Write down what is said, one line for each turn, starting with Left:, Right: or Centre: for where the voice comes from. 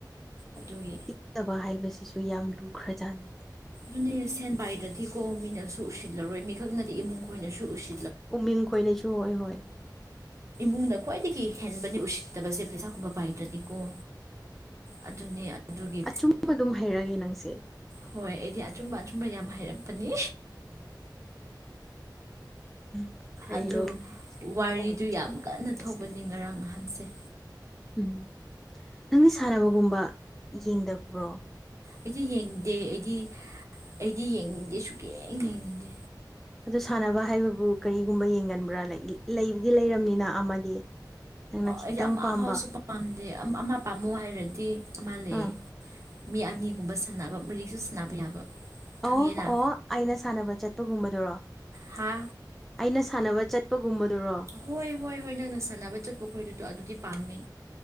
Right: ꯑꯗꯨꯒꯤ
Centre: ꯐꯠꯇꯕ ꯍꯥꯏꯕꯁꯤꯁꯨ ꯌꯥꯝ ꯂꯨꯈ꯭ꯔꯖꯥꯅꯤ
Right: ꯑꯗꯨꯅꯦ ꯁꯦꯟ ꯄꯥꯏꯗꯔꯗꯤꯀꯣ ꯃꯤꯅꯁꯨ ꯎꯁꯤꯠꯂꯔꯣꯏ ꯃꯤꯈꯛꯅꯗꯤ ꯏꯃꯨꯡ ꯈꯣꯏꯅꯁꯨ ꯎꯁꯤ
Centre: ꯎꯃꯤꯡ ꯈꯣꯏꯅꯁꯨ ꯍꯣꯏ ꯍꯣꯏ
Right: ꯏꯃꯨꯡꯅ ꯈ꯭ꯋꯥꯏꯗꯒꯤ ꯍꯦꯟꯕꯅꯤ ꯎꯁꯤꯠꯇꯕꯁꯦ ꯄꯩꯁꯥꯒꯨꯝꯕ ꯄꯥꯏꯗ꯭ꯔꯗꯤꯀꯣ ꯑꯗꯨꯅꯤ ꯑꯗꯨꯒꯤ
Centre: ꯁꯨꯝꯕ ꯑꯗꯨꯝ ꯍꯩꯔꯑꯒꯦ ꯅꯪꯁꯦ
Right: ꯍꯣꯏ ꯑꯩꯗꯤ ꯑꯆꯨꯝꯕ ꯑꯆꯨꯝꯕ ꯌꯥꯝ ꯍꯥꯏꯔꯛꯄꯅꯤ
Centre: ꯎ ꯀꯩꯔꯣ
Right: ꯑꯗꯨ
Centre: ꯑꯗꯨꯝ
Right: ꯋꯥꯔꯤꯗꯨ
Centre: ꯈꯣꯡ ꯈꯤꯉꯒ
Right: ꯌꯥꯝ ꯀꯟꯅ
Centre: ꯂꯩꯔꯤꯁꯦ
Right: ꯊꯣꯛꯄꯅꯤ ꯉꯔꯥꯡ ꯉꯍꯥꯟꯁꯦ
Centre: ꯎꯝ ꯅꯪꯗꯤ ꯁꯥꯟꯅꯕꯒꯨꯝꯕ ꯌꯦꯡꯗꯕ꯭ꯔꯣ
Right: ꯑꯩꯗꯤ ꯌꯦꯡꯗꯦ ꯑꯩꯗꯤ ꯑꯩꯗꯤ ꯌꯦꯡꯅꯤꯡꯗꯦ ꯁꯨꯛꯌꯦꯡ ꯌꯦꯡꯅꯤꯡꯗꯦ꯫
Centre: ꯑꯗꯨ ꯁꯥꯟꯅꯕ ꯍꯥꯏꯕꯕꯨ ꯀꯔꯤꯒꯨꯝꯕ ꯌꯦꯡꯒꯟꯕ꯭ꯔꯥ ꯂꯩꯕꯗꯤ ꯂꯩꯔꯕꯝꯅꯤꯅ ꯑꯃꯗꯤ ꯅꯪꯅ ꯈꯤꯇꯪ
Right: ꯑꯩꯗꯤ ꯑꯃ
Centre: ꯄꯥꯝꯕ
Right: ꯐꯥꯎꯁꯨ ꯄꯥꯝꯗꯦ ꯑꯝ ꯑꯃ ꯄꯥꯝꯃꯣ ꯍꯥꯏꯔꯗꯤ ꯑꯃ ꯂꯩꯑꯦ꯫
Centre: ꯎꯝ
Right: ꯃꯤ ꯑꯅꯤꯒꯨꯝꯕ ꯁꯥꯟꯅꯕ ꯃꯔꯤꯁꯨ ꯁꯥꯟꯅꯕ ꯌꯥꯕ
Centre: ꯑꯣ
Right: ꯈꯪꯉꯦꯅ
Centre: ꯑꯣ ꯑꯩꯅ ꯁꯥꯟꯅꯕ ꯆꯠꯄꯒꯨꯝꯕꯗꯨꯔꯣ
Right: ꯍꯥ
Centre: ꯑꯩꯅ ꯁꯥꯟꯅꯕ ꯆꯠꯄꯒꯨꯝꯕꯗꯨꯔꯣ
Right: ꯍꯣꯏ ꯍꯣꯏ ꯍꯣꯏ ꯅꯪꯅ ꯁꯥꯟꯅꯕ ꯆꯠꯄ ꯈꯣꯏꯗꯨꯗꯣ ꯑꯗꯨꯗꯤ ꯄꯥꯝꯃꯤ